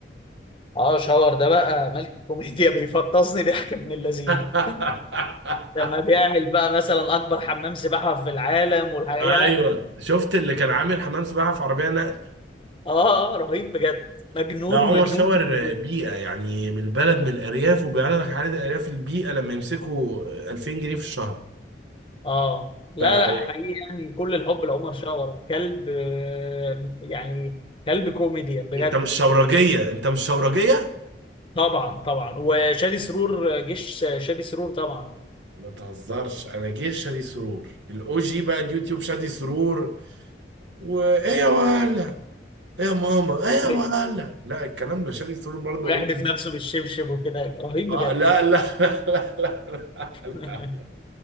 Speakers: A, on the left; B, on the right.
A: اه شاور ده بقى ملك الكوميديا <laughs> بيفطسني ضحك ابن اللذينة
B: <laughs>
A: لما بيعمل بقى مثلا اكبر حمام سباحة في العالم والحقيقة
B: ايوه
A: لا
B: شفت اللي كان عامل حمام سباحه في عربيه نقل
A: اه آه، رهيب بجد مجنون
B: لا عمر
A: مجنون
B: شاور
A: مجنون
B: بيئه يعني من البلد من الارياف وبيعرض لك حاله الارياف البيئه لما يمسكوا 2000 جنيه في الشهر
A: اه لا
B: فانت
A: لا حقيقي يعني كل الحب لعمر شاور كلب آه، يعني كلب كوميديا بجد
B: مش شورجيه انت مش شورجيه
A: طبعا طبعا وشادي سرور آه، جيش شادي سرور طبعا
B: ما تهزرش انا جيش شادي سرور الاو جي بقى اليوتيوب شادي سرور وايه يا ولا ايه يا ماما ايه يا
A: أيوة.
B: ولا لا الكلام ده شادي سرور برضه
A: ويحدف
B: او جي
A: نفسه بالشبشب وكده رهيب
B: اه
A: بجد
B: لا لا لا لا لا, لا.
A: <laughs>